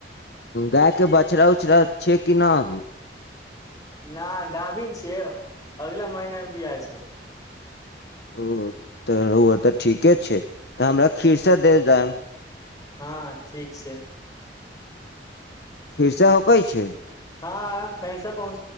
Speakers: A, on the left (about 65°); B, on the left (about 20°).
A: गायके बछड़ा उछड़ा छै कि ना अभी
B: ना गाभीन छियै अगला महीना मे बिआइ छै
A: ओ तऽ रहू तऽ ठीके छै तऽ हमरा खीरसा दे जाएब
B: हँ ठीक छै
A: खिरसा होकै छै
B: हँ खीरसा पहुँ